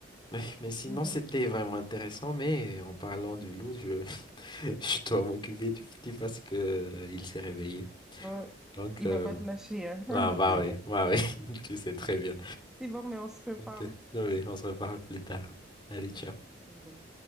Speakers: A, on the left; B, in the centre.
A: Mais, mais sinon,
B: Mhm.
A: c'était vraiment intéressant, mais en parlant du loup, je, <laughs> je dois m'occuper du petit parce que euh, il s'est réveillé.
B: Ouais.
A: Donc,
B: Il
A: euh,
B: va pas te lâcher, hein. <laughs>
A: ah, bah oui, bah oui, <laughs> tu sais très bien.
B: C'est bon, mais on se prépare.
A: Ok. Oui, on se reparle plus tard. Allez, ciao.
B: <laughs> Bye.